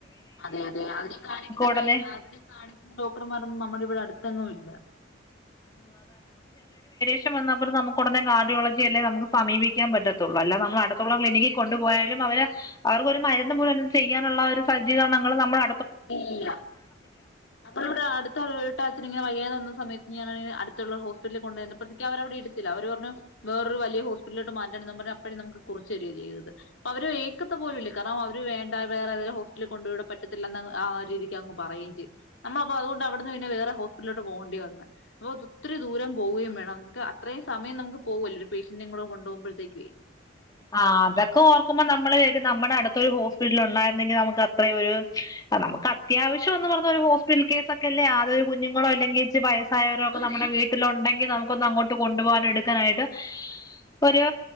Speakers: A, on the left; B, on the left.
A: അതെ അതെ അതിനെ കാണിക്കുന്ന
B: ഉടനെ
A: ടൈ അതിനെ കാണിക്കുന്ന ഡോക്ടർമാരൊന്നും നമ്മുടെ ഇവിടെ അടുത്തൊന്നും ഇല്ല
B: ഷൻ വന്നപ്പോലും നമുക്ക് ഉടനെ കാർഡോളജി അല്ലേ നമുക്ക് സമീപിക്കാൻ പറ്റത്തൊ തുള്ളൂ. അല്ല നമ്മള് അടുത്തുള്ള ക്ലിനിക്കിൽ കൊണ്ടുപോയാലും അവരെ അവർക്കൊരു മരുന്ന് പോലും ചെയ്യാനുള്ള ഒരു സജ്ജീകരണങ്ങൾ നമ്മള്
A: ഇല്ല നമ്മള് ഇവിടെ അടുത്തുള്ള വീട്ടാച്ഛന് ഇങ്ങനെ വയ്യാതെ വന്നു ആ സമയത്ത് ഞാൻ അ അടുത്തുള്ള ഹോസ്പിറ്റലിൽ കൊണ്ട് ചെന്നപ്പോ അവര് അവിടെ എടുത്തില്ല അവര് പറഞ്ഞു വേറൊരു വലിയ ഹോസ് സ്പിറ്റലിലോട്ട് മാറ്റാൻന്ന് പറഞ്ഞ് അപ്പഴേ നമുക്ക് കുറിച്ച് തരുവ ചെയ്തത്. അപ്പോ അവര് ഏക്കത്ത് പോലും ഇല്ല. കാരണം അവര് വേണ്ട വേറെ ഏതേലും ഹോസ്പിറ്റലിൽ കൊണ്ട് പോ. ഇവിടെ പറ്റത്തില്ലന്ന് ആ രീതിക്ക് അങ്ങ് പറയുകയും ചെയ്ത്. നമ്മള് അപ്പൊ അതൊണ്ട് അവിടുന്ന് പിന്നെ വേറെ ഹോസ്പിറ്റലോട്ട് പോകേണ്ടി വന്നേ അപ്പോ ഒത്തിരി ദൂരം പോവുകയും വേണം. നമുക്ക് അത്രയും സമയം നമുക്ക് പോവല്ലേ. ഒരു പേഷ്യന്റിനെയും കൂടെ കൊണ്ടു പോകുമ്പോഴത്തേക്കുവേ.
B: ആ അതക്കെ ഓർക്കുമ്പം നമ്മള് ക്കും നമ്മടെ അടുത്തൊരു ഹോസ്പിറ്റൽ ഉണ്ടായിരുന്നെങ്കി നമുക്ക് അത്രെ ഒരു നമുക്ക് അത്യാവശ്യം ഒന്ന് പറഞ്ഞ ഒരു ഹോസ്പിറ്റൽ കേസക്കെ അല്ലേ അതൊരു കുഞ്ഞുങ്ങളോ അല്ലെങ്കിൽ വയസ്സായവരൊക്കെ നമ്മടെ വീട്ടിലുണ്ടെങ്കിൽ നമുക്കൊന്ന് കൊണ് കൊണ്ടു പോകാനും എടുക്കാനായിട്ട് ഒരു